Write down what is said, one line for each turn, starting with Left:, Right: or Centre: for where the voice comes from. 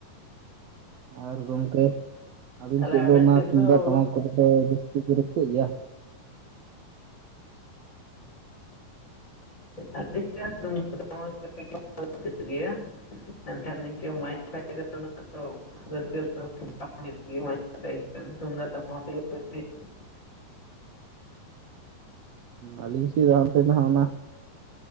Right: ᱟᱨ ᱜᱚᱢᱠᱮ ᱟᱹᱵᱤᱱ
Left: ᱛᱟᱦᱚᱞᱮ
Right: ᱥᱮᱫ
Left: ᱟᱵᱮᱱ
Right: ᱫᱚ ᱚᱱᱟ ᱛᱩᱢᱫᱟᱜ
Left: ᱫᱚ
Right: ᱴᱟᱢᱟᱠ ᱠᱚ ᱫᱚ ᱡᱟᱹᱥᱛᱤ ᱠᱚ ᱨᱟᱹᱥᱠᱟᱹᱜ ᱜᱮᱭᱟ?
Left: <inaudible> <inaudible> <inaudible>
Right: ᱟᱹᱞᱤᱧ ᱥᱮᱱ ᱫᱚ ᱦᱟᱱᱛᱮ ᱫᱚ ᱚᱱᱟ